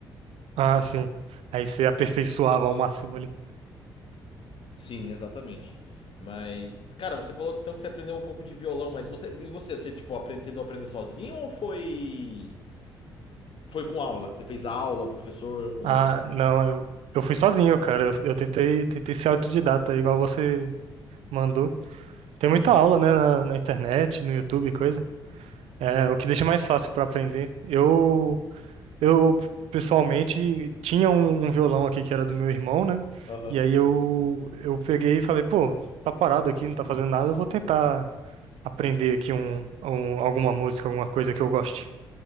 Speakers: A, on the right; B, on the left.
A: Ah, sim. Aí você aperfeiçoava ao máximo ali.
B: Sim, exatamente. Mas, cara, você falou que então que você aprendeu um pouco de violão, mas você e você, você tipo aprende, tentou aprender sozinho ou foi foi com aula? Você fez aula, professor ou
A: Ah,
B: não?
A: não, eu, eu fui sozinho, cara. Eu, eu tentei, tentei ser autodidata, igual você mandou. Tem
B: Uhum.
A: muita aula, né, na, na internet, no YouTube, e coisa. É, o que deixa mais fácil para aprender. Eu, eu pessoalmente tinha um, um violão aqui que era do meu irmão, né?
B: Aham.
A: E aí eu, eu peguei e falei, pô, tá parado aqui, não tá fazendo nada, eu vou tentar aprender aqui um, um- alguma música, alguma coisa que eu goste.